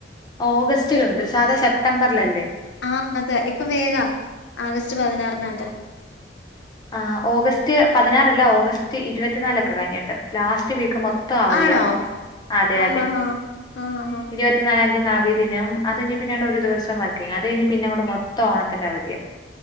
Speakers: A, on the left; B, on the left.
A: ഓഗസ്റ്റിലുണ്ട് സാധാ സെപ്റ്റംബറിലല്ലേ
B: ആം അതെ ഇപ്പൊവേഗാ ആഗസ്റ്റ് പതിനാറിനോറ്റേ
A: ആ ഓഗസ്റ്റ് പതിനാറല്ല ഓഗസ്റ്റ് ഇരുപത്തിനാലൊക്കെ കഴിഞ്ഞിട്ട് ലാസ്റ്റ് വീക്ക് മൊത്ത് മൊത്തം അവധിയാ
B: ആണോ
A: അതെ
B: ആഹ്
A: അതെ
B: ആഹ് ആഹ് ആഹ് ആഹ് ആഹ്
A: ഇരുപത് ത്തിനാലാംതിയതി നബിദിനം അതുകഴിഞ്ഞ് പിന്നാണ്ട് ഒരുദിവസം വർക്കിങ്ങ് അതു കഴിഞ്ഞ് പിന്നങ്ങോട്ട് മൊത്തം ഓണത്തിന്റെ അവധിയാ